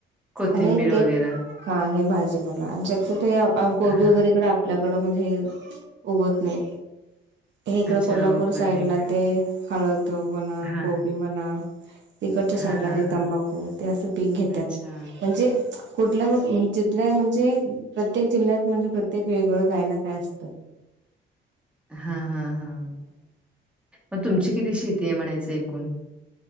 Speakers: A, in the centre; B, on the right.
A: कोथिंबीर
B: आणि ते
A: वगैरा
B: हा हे भाजीपाला आणि शक्यतो कोबी
A: हा
B: वगैरे
A: हा
B: इकड आपल्याकडं म्हणजे हे उगवत नाही. हे इकडे
A: अच्छा
B: कोल्हापूर
A: उगवत
B: साईड
A: नाही
B: ला
A: का?
B: ते हळद म्हणा
A: हा
B: कोबी म्हणा तिकडच्या साईडला
A: हा हा
B: ते
A: हा
B: तंबाखू ते असं पीक घेतात
A: अच्छा
B: म्हणजे कुठल्या क जिथल्या म्हणजे प्रत्येक जिल्ह्यात म्हणजे प्रत्येक वेगळं काय ना काय असत.
A: हा हा हा मग तुमची किती शेती आहे म्हणायचं एकूण